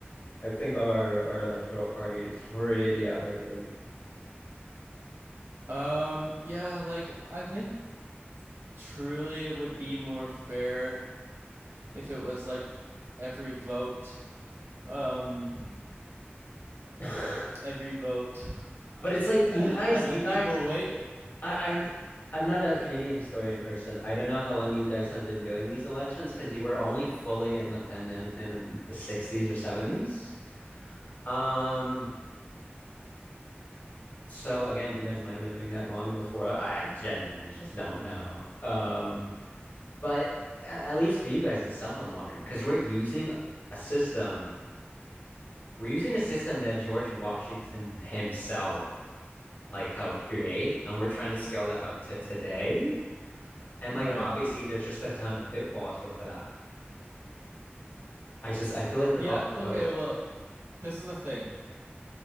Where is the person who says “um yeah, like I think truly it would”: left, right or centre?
Right